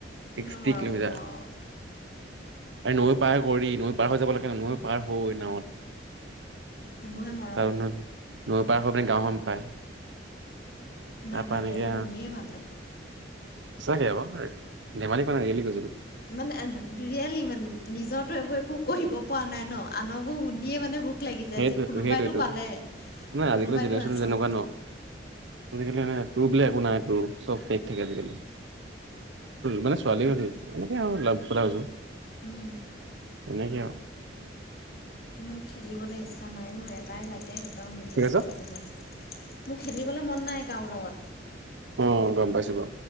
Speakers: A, on the right; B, on the left.
A: ছিক্সটি
B: কেনেকা মৰম
A: কিলোমিটাৰ
B: হ'ব।
A: আৰু নৈ পাৰ কৰি নৈ পাৰ হৈ যাব লাগে ন নৈ পাৰ হৈ নাৱত।
B: সেইবোৰহে মৰম
A: তাৰ নৈ পাৰ হয় পিনে গাঁওখন পায়।
B: ভাল
A: তাৰপা
B: লাগে
A: এনেকে
B: এইবোৰ শুনিয়ে ভাল লাগে।
A: সঁচাকে আক ধেমালি কৰা নাই ৰিয়লি কৈছিলোঁ।
B: মানে জুৰিয়ালি মানে নিজতো এইবোৰ একো কৰিব পৰা নাই ন আনকোৰ শুনিয়ে মানে সুখ লাগি যায়
A: সেইটোৱেতো
B: যে কোনোবাইতো
A: সেইটোৱেতো
B: পালে
A: নহয় আজিকালি
B: কোনোবাইতো
A: জেনেৰেশ্যনটো
B: আচল
A: যেনেকুৱা ন <unintelligible> বোলে একো নাই চব ফেক থাকে আজিকালি। মানে ছোৱালী হ'লেও এনেকে আৰু লাভ কথা কৈছোঁ।
B: উম।
A: তেনেকে আও।
B: মোক খেলিবলৈ ইচ্ছা নাই অ এটাই লাগে একদম নিৰ্দিষ্টকে
A: কি কৈছা?
B: লাগে মোক খেলিবলে মন নাই কাৰো লগত।
A: উম গম পাইছোঁ অ।